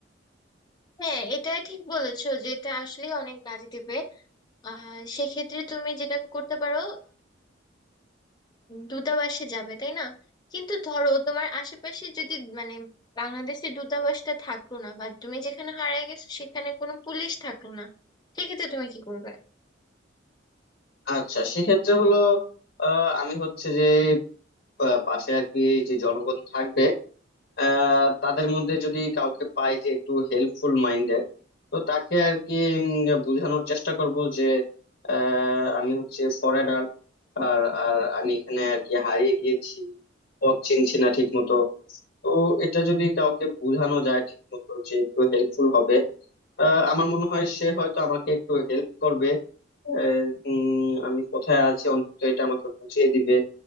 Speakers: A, on the left; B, on the left.
A: হ্যাঁ এটা ঠিক বলেছো যে এটা আসলে অনেক কাজে দেবে আহ সেক্ষেত্রে তুমি যেটা করতে পারো দূতাবাসে যাবে তাই না কিন্তু ধরো তোমার আশেপাশে যদি মানে বাংলাদেশের দূতাবাসটা থাকলো না বা তুমি যেখানে হারিয়ে গেছো সেখানে কোনো পুলিশ থাকলো না সেক্ষেত্রে তুমি কি করবে
B: আচ্ছা সেক্ষেত্রে হলো আহ, আমি হচ্ছে যে আহ, পাশে আর কি যে জনগণ থাকবে আহ তাদের মধ্যে যদি কাউকে পাই যে একটু হেল্পফুল মাইন্ডের তো তাকে আর কি উম, বোঝানোর চেষ্টা করব যে আহ, আমি হচ্ছে ফরেনার আর আর আমি এখানে আর কি হারিয়ে গিয়েছি পথ চিনছি না ঠিক মতো তো এটা যদি কাউকে বোঝানো যায় ঠিক মতো যে একটু হেল্পফুল হবে আহ, আমার মনে হয় সে হয়তো আমাকে একটু হেল্প করবে আহ, উম, আমি কোথায় আছি অন্তত এটা আমাকে বুঝিয়ে দিবে